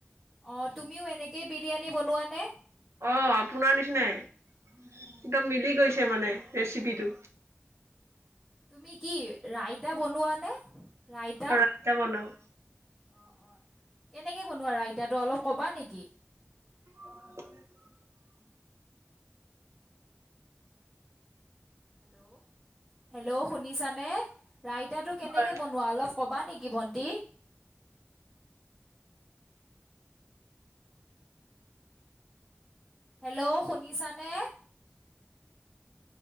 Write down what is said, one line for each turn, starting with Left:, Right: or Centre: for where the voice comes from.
Centre: অ, তুমিও এনেকেই বিৰিয়ানী বনোৱা নে?
Right: অ, আপোনাৰ নিচিনাই একদম মিলি গৈছে মানে ৰেচিপিটো।
Centre: তুমি কি ৰাইতা বনোৱানে, ৰাইতা?
Right: ৰাইতা‌ বনাও।
Centre: অ- অ। কেনেকে বনোৱা ৰইতাটো, অলপ ক'বা নেকি?
Right: অ।
Centre: হেল্ল', হেল্ল', শুনিছানে ৰাইতাটো কেনেকে
Right: হয়
Centre: বনোৱা, অলপ ক'বা নেকি ভণ্টি? হেল্ল', শুনিছা নে?